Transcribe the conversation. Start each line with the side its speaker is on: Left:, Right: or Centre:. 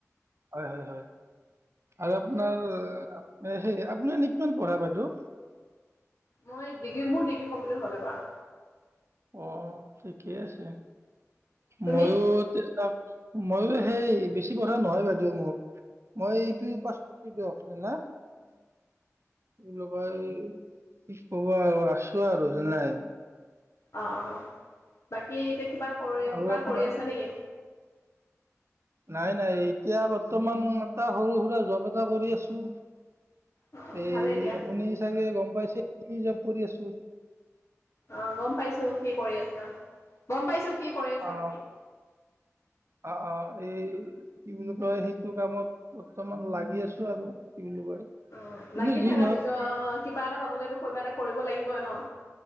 Right: হয় হয় হয় আৰু আপোনাৰ এ সেই আপুনি এনে কিমান পঢ়া বাইদেউ?
Left: মই ডিগ্ৰী, মোৰ ডিগ্ৰী কমপ্লিত হ'ল এইবাৰ।
Right: আহ ঠিকেই আছে।
Left: তুমি
Right: ময়ো তে মইয়ো সেই, বেছি পঢ়া নহয় বাইদেউ মোৰ। মই পিউ পাচ কৰিছোঁ দিয়ক। হয় না? <unintelligible> কব আৰু আছো আৰু জানে?
Left: অ' অ'। বাকী এতিয়া কিবা কৰি
Right: আৰু
Left: কিবা
Right: আপোনাৰ
Left: কৰি আছা নেকি?
Right: নাই নাই এতিয়া বৰ্তমান এটা সৰু-সুৰা জব এটা কৰি আছোঁ।
Left: অ
Right: এই
Left: ভালেই দিয়া
Right: আপুনি চাগে গম পাইছে? কি জব কৰি আছোঁ
Left: অ' গম পাইছো কি কৰি আছা। গম পাইছো কি কি কৰি আছা
Right: অ
Left: তুমি?
Right: অ' অ' এই কি বুলি কয় সেইটো কামত বৰ্তমান লাগি আছো আৰু। বুলি কয়
Left: অ'
Right: কিন্তু
Left: লাগি
Right: যি
Left: থাকা
Right: নহওক
Left: নিজৰ কিবা এটা পাবলেতো। কিবা এটা কৰিব লাগিবই ন?